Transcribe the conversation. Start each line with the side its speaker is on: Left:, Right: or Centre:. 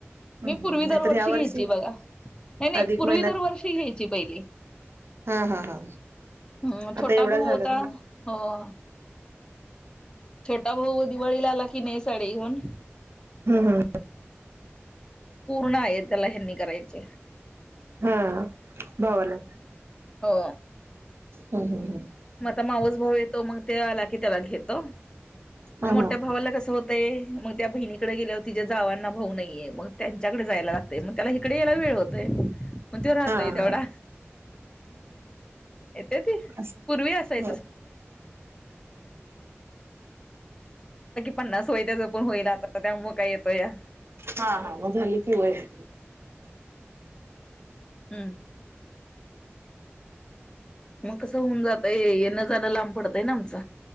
Right: नाहीतर
Left: मी पूर्वी दरवर्षी
Right: या
Left: घ्यायची
Right: वर्षी
Left: बघा नाही नाही
Right: अधिक
Left: पूर्वी
Right: महिन्यात
Left: दरवर्षी घ्यायची पहिली
Right: हा हा हा
Left: हम्म छोटा
Right: आता. एवढ
Left: भाऊ
Right: झालं
Left: होता हो छोटा भाऊ दिवाळीला आला की नाही साडी घेऊन.
Right: हम्म
Left: पूर्ण आहेर त्याला ह्यांनी करायचे
Right: हा गावाला.
Left: हो
Right: ह ह ह
Left: माझा मावस भाऊ येतो मग ते आला की त्याला घेतो. मग
Right: हम्म हा
Left: मोठ्या
Right: हा
Left: भावाला कसं होतय मग त्या बहिणीकडे गेल्या होती तिच्या जावांना भाऊ नाहीये मग त्यांच्याकडे जायला लागलं मग त्याला इकडे यायला वेळ होतोय मग तो राहतोय
Right: हा हा
Left: तेवढा येते ती
Right: असं.
Left: पूर्वी नाही
Right: हो
Left: पन्नास होई त्या जपून होईल आता त्यामुळ काय येतो या.
Right: हा हा मग झाली कि वेळ.
Left: हमम. मग कसं होऊन जातय येणं जाणं लांब पडतय ना आमच.